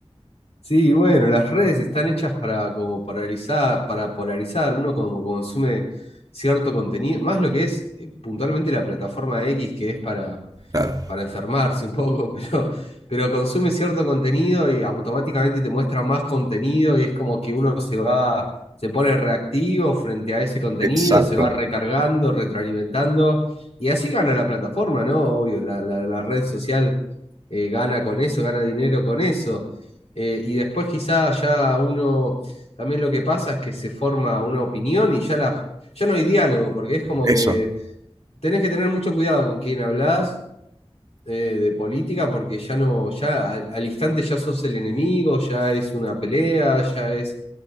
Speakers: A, on the left; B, on the right.
A: Sí, bueno, las redes están hechas para como paralizar, para polarizar, uno como consume cierto contenido, más lo que es eh, puntualmente la plataforma X que es para
B: Claro.
A: para enfermarse un poco, <laughs> pero, pero consume cierto contenido y automáticamente te muestra más contenido y es como que uno se va, se pone reactivo frente a ese contenido,
B: Exacto,
A: se va recargando, retroalimentando y así gana la plataforma, ¿no? Obvio, la, la- la red social eh, gana con eso, gana dinero con eso. Eh, y después quizá ya uno, también lo que pasa es que se forma una opinión y ya, la, ya no hay diálogo, porque es como
B: eso.
A: que tenés que tener mucho cuidado con quién hablas eh, de política porque ya no, ya al, al instante ya sos el enemigo, ya es una pelea, ya es